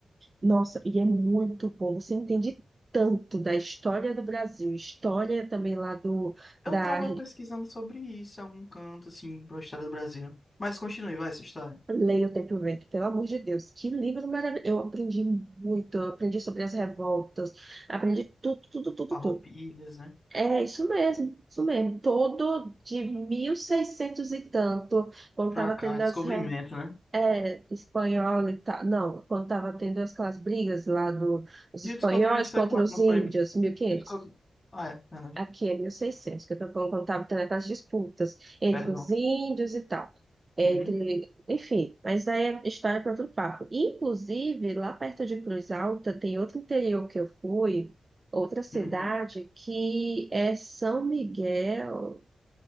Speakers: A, on the right (about 35°); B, on the left (about 25°).
A: Nossa, e é muito bom. Você entende tanto da história do Brasil, história também lá do
B: Eu
A: da
B: tava pesquisando sobre isso em algum canto, assim, da história do Brasil. Mas continue, vai, essa história.
A: Leia O Tempo e o Vento, pelo amor de Deus, que livro maravilhoso. Eu aprendi muito, eu aprendi sobre as revoltas, aprendi tudo, tudo, tudo,
B: Farroupilhas,
A: tudo.
B: né?
A: É isso mesmo, isso mesmo. Todo de 1600 e tanto, quando
B: Pra
A: estava
B: cá,
A: tendo
B: descobrimento,
A: as revoltas
B: né?
A: É, espanhol e tal. Não, quando estava tendo aquelas brigas lá dos
B: E
A: espanhóis
B: o descobrimento foi
A: contra
B: quanto?
A: os
B: Não foi...
A: índios,
B: E
A: mil e quinhentos
B: o Descob... Ah, é, verdade.
A: Aqui é 1600 que eu tô falando quando estava tendo aquelas disputas entre
B: Perdão.
A: os índios e tal. Entre,
B: Uhum,
A: enfim, mas daí é história para outro papo. Inclusive, lá perto de Cruz Alta, tem outro interior que eu fui, outra cidade,
B: uhum.
A: que é São Miguel.